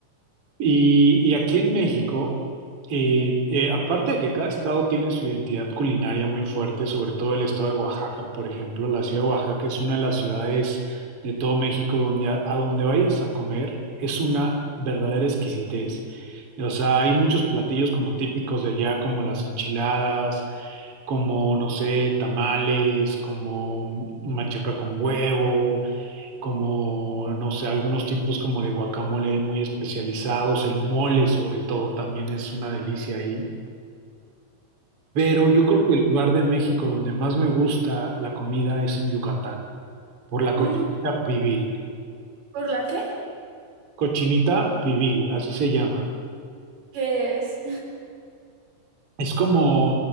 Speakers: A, on the right; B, on the right.
A: Y, y aquí en México, eh, eh, aparte de que cada estado tiene su identidad culinaria muy fuerte, sobre todo el estado de Oaxaca, por ejemplo, la ciudad de Oaxaca es una de las ciudades de todo México donde a, a donde vayas a comer es una verdadera exquisitez. O sea, hay muchos platillos como típicos de allá, como las enchiladas, como, no sé, tamales, como machaca con huevo como, no sé, algunos tipos como de guacamole ahí muy especializados, el mole sobre todo también es una delicia ahí. Pero yo creo que el lugar de México donde más me gusta la comida es en Yucatán, por la cochinita
B: Mm,
A: pibil.
B: ¿Por la qué?
A: Cochinita pibil, así se llama.
B: ¿Qué es?
A: Es como